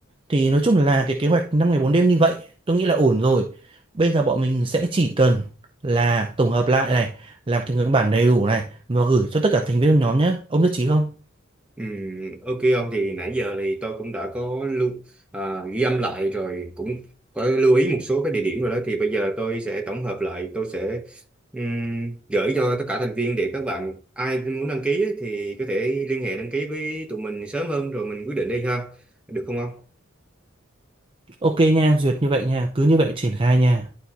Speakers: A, on the right; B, in the centre.
A: thì nói chung là cái kế hoạch 5 ngày 4 đêm như vậy tôi nghĩ là ổn rồi bây giờ bọn mình sẽ chỉ cần là tổng hợp lại này làm thành cái bản đầy đủ này và gửi cho tất cả thành viên trong nhóm nhé ông nhất trí không
B: Ừ, ok ông thì nãy giờ thì tôi cũng đã có lưu, à, ghi âm lại rồi cũng có lưu ý một số cái địa điểm rồi đó thì bây giờ tôi sẽ tổng hợp lại tôi sẽ ừm, gửi cho tất cả thành viên để các bạn ai muốn đăng ký ấy, thì có thể liên hệ đăng ký với tụi mình sớm hơn rồi mình quyết định đi ha được không ông?
A: ok nha duyệt như vậy nha cứ như vậy triển khai nha